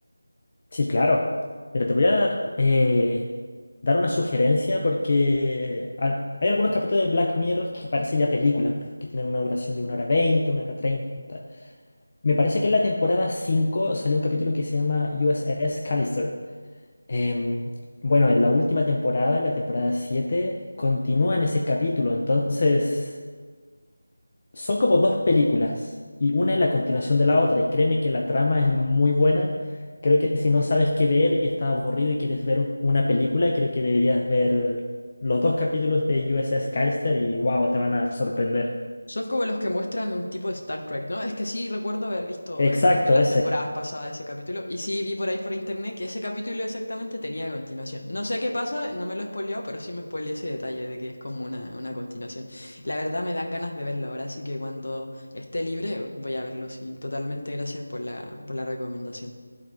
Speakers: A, on the left; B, on the left.
A: Sí, claro. Pero te voy a dar, eh, dar una sugerencia porque al- hay algunos capítulos de Black Mirror que parecen ya películas, porque tienen una duración de una hora 20, una hora 30. Me parece que en la temporada 5 salió un capítulo que se llama USS Callister. Em, bueno, en la última temporada, en la temporada 7 continúa en ese capítulo, entonces... Son como dos películas y una es la continuación de la otra y créeme que la trama es muy buena. Creo que si no sabes qué ver y estás aburrido y quieres ver u- una película, creo que deberías ver los dos capítulos de USS Callister y wow, te van a sorprender.
B: Son como los que muestran un tipo de Star Trek, ¿no? Es que sí recuerdo haber visto
A: Exacto,
B: el- las
A: ese.
B: temporadas pasadas ese capítulo y sí vi por ahí por internet que ese capítulo exactamente tenía continuación. No sé qué pasa, no me lo he spoileado, pero sí me spoileé ese detalle de que es como una, una continuación. La verdad me dan ganas de verlo ahora, así que cuando esté libre voy a verlo, sí. Totalmente gracias por la, por la recomendación.